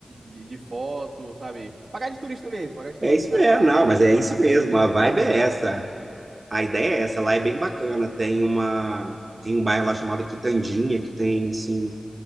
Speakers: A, on the right (about 80°); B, on the right (about 45°).
A: de, de foto, sabe? Pagar de turista mesmo, pagar de turista,
B: É isso
A: sabe?
B: mesmo,
A: Passar,
B: não, mas é
A: passar
B: isso
A: vexame
B: mesmo,
A: lá
B: a vibe
A: e pronto.
B: é essa. A ideia é essa, lá é bem bacana. Tem uma tem um bairro lá chamado Quitandinha, que tem assim